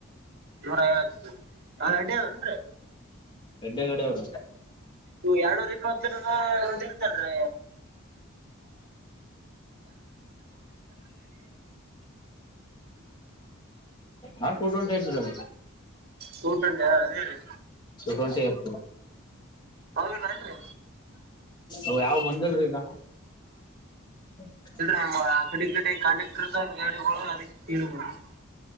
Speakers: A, on the right; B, on the left.
A: ನೂರ ಐವತ್ತು ಅದ ಅಡ್ಡ ಅದನ್ರೀ
B: ಎಡ್ಡೆ ಕಡೆ ಅವರು
A: ಹ ಎಳ್ನೂರ್ ಇಪ್ಪತ್ತ್ರ ಒಂದ ಇರ್ತಲ್ರಿೀ
B: ಹ ಟು ಟ್ವೆಂಟಿ ಟು
A: ಸೂಟ್ ಉಂಟ ಅದೇ ರೀ
B: ಟ್ವೆಂಟಿ ಹ
A: ಹೌದಲ್ರಿ ಅಲ್ರಿ
B: ಅ ಯಾವ ಮಂದಲ್ರೀ ಈಗ <inaudible>
A: ನಮ್ಮ ಕಡೆ ಕಡೆ ಕಾಂಟ್ಯಾಕ್ಟ್ ಇರ್ತಾವಲ್ ಗಾಡಿಗಳು ಅದಕ್ಕೆ ಕೇಳಿದ್ರಿ ನೋಡ್ರಿ